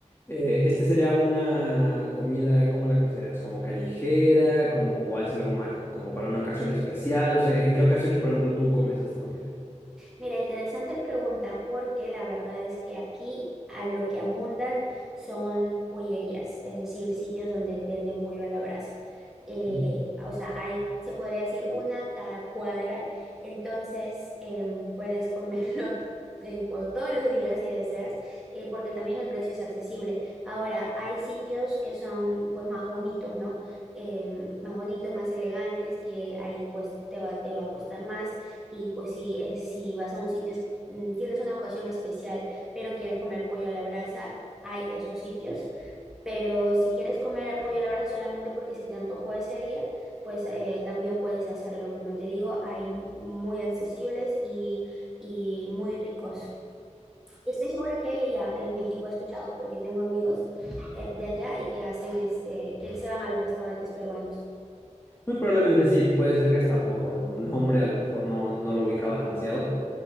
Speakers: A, on the left; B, in the centre.
A: Eh, este sería una comida, ¿cómo la consideras? ¿Como callejera? Como, ¿O es algo más como para una ocasión especial? O sea, ¿en qué ocasiones, por ejemplo, tú comes esta comida?
B: Mira, interesante pregunta, porque la verdad es que aquí a lo que abundan son pollerías, es decir, sitios donde venden pollo a la brasa. Eh,
A: Ujú.
B: o sea, hay, se podría decir, una cada cuadra, entonces em, puedes comerlo <laughs> en cua- todos los días si deseas, eh, porque también el precio es accesible. Ahora, hay sitios que son pues más bonitos, ¿no? Em, más bonitos, más elegantes, que ahí pues te va, te va a costar más y pues si, es- si vas a un sitio, es- mm, tienes una ocasión especial, pero quieres comer pollo a la brasa, hay esos sitios. Pero si quieres comer pollo a la brasa solamente porque se te antojó ese día, pues eh, también puedes hacerlo. Como te digo, hay m- muy accesibles y, y muy ricos. Estoy segura que hay allá en México, he escuchado, porque tengo amigos eh, de allá y que hacen este, que se van a los restaurantes peruanos.
A: Muy probablemente sí, puede ser que hasta por nombre a lo mejor no, no lo ubicaba demasiado,